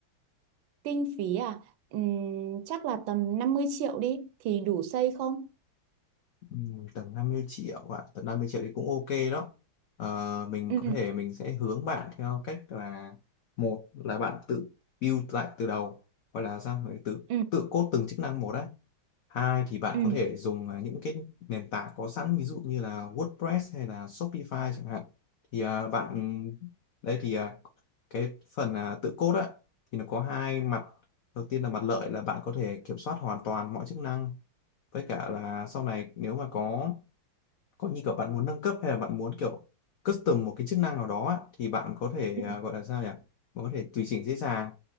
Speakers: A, on the right; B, on the left.
A: Kinh phí à? Ừm, chắc là tầm 50 triệu đi thì đủ xây không?
B: Ừm, tầm 50 triệu ạ tầm 50 triệu thì cũng ok đó Ờ, mình
A: Ừ
B: có thể mình sẽ hướng bạn theo cách là một là bạn tự build lại từ đầu hoặc là sao phải tự
A: ừ
B: tự code từng chức năng một á hai thì bạn
A: ừ
B: có thể dùng à, những cái nền tảng có sẵn ví dụ như là WordPress hay là Shopify chẳng hạn thì à, bạn đây thì à, cái phần à, tự code á thì nó có hai mặt đầu tiên là mặt lợi là bạn có thể kiểm soát hoàn toàn mọi chức năng với cả là sau này nếu mà có có như kiểu bạn muốn nâng cấp hay là bạn muốn kiểu custom một cái chức năng nào đó á, thì bạn có thể
A: ừ
B: à, gọi là sao nhỉ bạn có thể tùy chỉnh dễ dàng